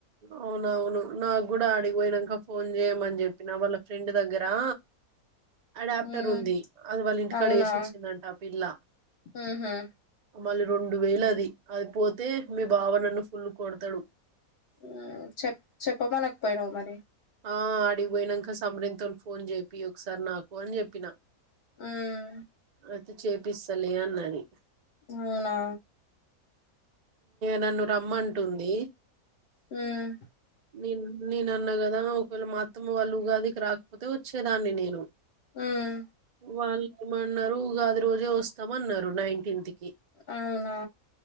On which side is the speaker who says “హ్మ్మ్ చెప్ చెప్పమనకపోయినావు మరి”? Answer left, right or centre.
Left